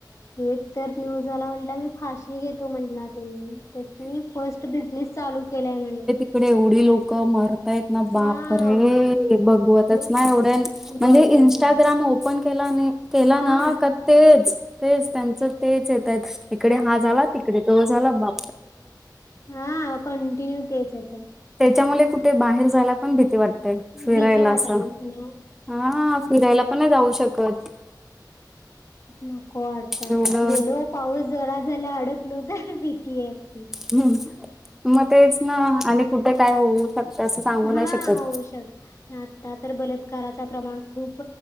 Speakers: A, on the left; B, in the centre.
A: एक तर न्यूजवाला म्हटला मी- फाशी घेतो म्हटला त्यांनी. त्यातनी फर्स्ट बिझनेस चालू केलाय म्हणे.
B: इकडे एवढी लोक मरतायेत ना बाप
A: हा
B: रे! बघवतच
A: हॅलो
B: नाही एवढ्या- म्हणजे
A: भागवत
B: इंस्टाग्राम ओपन केला, केला
A: हा
B: ना? तेच. तेच त्यांचं तेच येत आहेत इकडे हा झाला तिकडे तो झाला बा-
A: हा. कंटिन्यू तेच येतय.
B: त्याच्यामुळे कुठे बाहेर जायला पण भीती वाटते. फिरायला
A: भीती वाटाली
B: असं.
A: आणि
B: हा. फिरायला पण नाही जाऊ शकत.
A: नको वाटत
B: एवढं
A: आता. गेलो पाऊस जरा झाला अडकलो तर भी - जले असते.
B: हम्. मग तेच ना आणि कुठे काय होऊ- <unintelligible>
A: हा
B: शकत
A: होऊ शकत. आता तर बलात्काराच प्रमाण खूप-